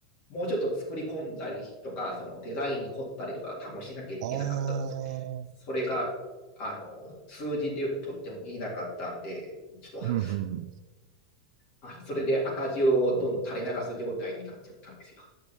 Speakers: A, on the left; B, on the right.
A: もうちょっと作り込んだりとか、そのデザインに凝ったりとか、多分しなきゃいけなかったと思うんです。
B: ああ、
A: それが、あの、数字で取っても見えなかったんで、ちょっと、
B: うんうんうん。
A: あそれで赤字をどんどん垂れ流す状態になっちゃったんですよ。